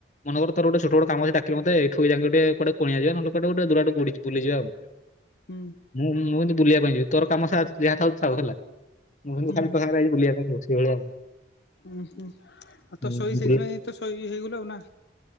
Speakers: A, on the left; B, on the left.
A: ମନେ କର ତୋର ଗୋଟେ ଛୋଟ ବଡ କାମ ଅଛି ଡାକିଲୁ ମୋତେ ଏଠୁ ଏଯାଁଗେ ଗୋଟେ କୁଣିଆ ଯିବା ନହେଲେ କୁଆଡେ ଗୋଟେ ଦୂର ବାଟ ବୁଡି ବୁଲିଯିବା ଆଉ। <inaudible>
B: ହୁଁ।
A: ମୁଁ ମୁଁ କିନ୍ତୁ ବୁଲିବା ପାଇଁ ଯିବି ତୋର କାମ ସା ଯାହା ଥାଉ ଥାଉ ହେଲା। ମୁଁ କିନ୍ତୁ
B: ହୁଁ
A: ଖାଲିରେ ତୋ ସାଙ୍ଗରେ ଯାଇକି ବୁଲିବା ପାଇଁ ଯାଉଚି। ଏଇଭଳିଆ ଆଉ।
B: ଉଁ ହୁଁ ଆ
A: ହୁଁ
B: ତ ଶୋଇ ସେଇଥିପାଇଁ
A: ବୁଲିଆ
B: ତୁ ଶୋଇ ହେଇ ଗଲୁ ନାଁ।